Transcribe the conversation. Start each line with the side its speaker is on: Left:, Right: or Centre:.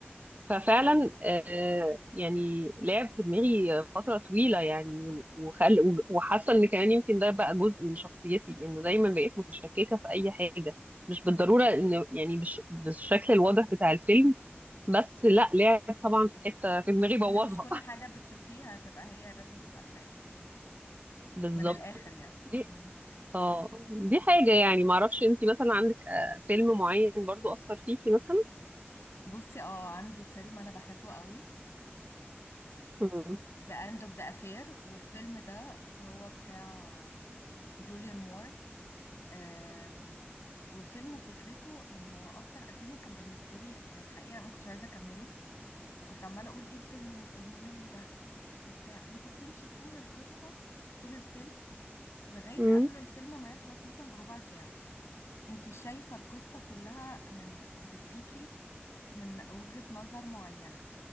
Right: ففعلا آه، يعني لعب في دماغي فتره طويله يعني وخل و- وحاسه ان كمان يمكن ده بقى جزء من شخصيتي انه دايما بقيت متشككه في اي حاجه مش بالضروره ان يعني بالش- بالشكل الواضح بتاع الفيلم بس لا لعب طبعا في حته في دماغي بوظها
Left: ان مش كل
Right: <laughs>
Left: حاجة بتشوفيها تبقى هي لازم تبقى الحقيقة
Right: بالظبط
Left: من الاخر يعني
Right: دي
Left: مم.
Right: اه دي حاجه يعني معرفش انتي مثلا عندك آه، فيلم معين برضو اثر فيكي مثلا
Left: بصي اه عندي فيلم انا بحبه قوي
Right: امم
Left: ذا اند اوف ذا افير والفيلم ده هو بتاع جوليان مور آم، والفيلم فكرته يعني هو اكتر الفيلم كان بالنسبه لي الحقيقه ما كنتش عايزه اكمله وكنت عماله اقول ايه الفيلم الممل ده وبتاع انت بتمشي طول القصه طول الفيلم لغايه
Right: امم
Left: قبل الفيلم ما يخلص مثلا بربع ساعه انت شايفه القصه كلها من بتتحكي من وجهه نظر معينه